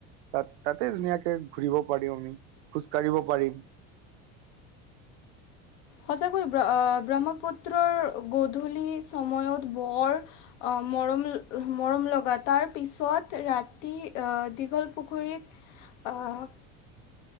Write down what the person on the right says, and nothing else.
তাত তাতে ধুনীয়াকে ঘুৰিব পাৰিম আমি খোজ কাঢ়িব পাৰিম।